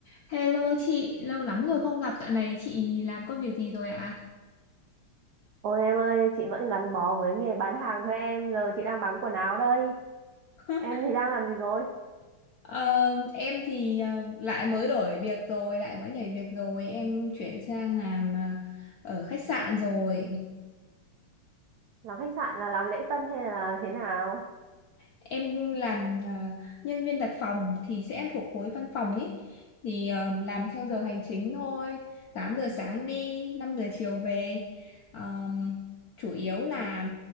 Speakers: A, on the left; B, on the right.
A: Hello chị, lâu lắm rồi không gặp. Dạo này chị làm công việc gì rồi ạ?
B: Ôi em ơi, chị vẫn gắn bó với nghề bán hàng thôi em, giờ chị đang bán quần áo đây.
A: <laughs>
B: Em thì đang làm gì rồi?
A: Ờ, em thì ờ, lại mới đổi việc rồi, lại mới nhảy việc rồi. Em chuyển sang làm ờ, ở khách sạn rồi.
B: Làm khách sạn là làm lễ tân hay là thế nào?
A: Em làm ờ, nhân viên đặt phòng thì sẽ thuộc khối văn phòng ấy. Thì ờ, làm theo giờ hành chính thôi. 8 giờ sáng đi, 5 giờ chiều về. Ờm, chủ yếu là